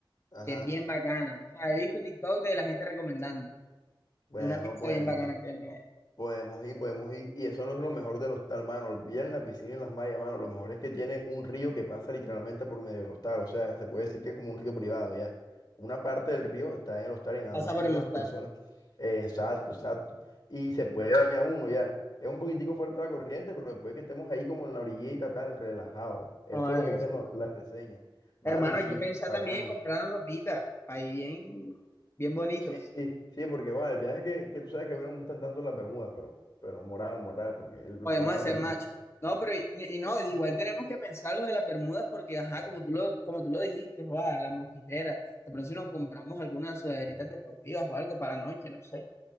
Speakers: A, on the left; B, on the left.
A: ajá.
B: que es bien bacana. O sea, he visto TikTok de la gente recomendando.
A: Bueno,
B: De una pizza
A: podemos
B: bien bacana
A: ir,
B: que venden allá.
A: podemos ir, podemos ir. Y eso no es lo mejor del hostal, mano. Olviden la piscina y las mallas, mano. Lo mejor es que tiene un río que pasa literalmente por medio del hostal. O sea, se puede decir que es como un río privado, ya. Una parte del río está en el hostal y nada
B: Pasa
A: más
B: por
A: entran
B: el
A: las
B: hostal.
A: personas. Eh, exacto, exacto. Y se puede bañar uno, ya. Es un poquitico fuerte la corriente, pero después que estemos ahí como en la orillita, tal, relajado. Eso
B: No,
A: es
B: debe
A: lo que dicen
B: ser
A: lo- las reseñas. Mano,
B: Hermano,
A: y sí,
B: hay que pensar
A: fu- bacano.
B: también en comprarnos ropita, ahí bien, bien bonitos.
A: Sí, sí, sí, porque bueno, el viaje que, que tú sabes que a mí no me gustan tanto las Bermudas, pero, pero moral, moral, porque el
B: Podemos
A: plan lo
B: hacer
A: amerita.
B: match. No, pero y, y no, igual tenemos que pensar lo de las bermudas porque, ajá, como tú lo, como tú lo dijiste, joa, las mosquiteras. De pronto si nos compramos algunas sudaderitas deportivas o algo para la noche, no sé.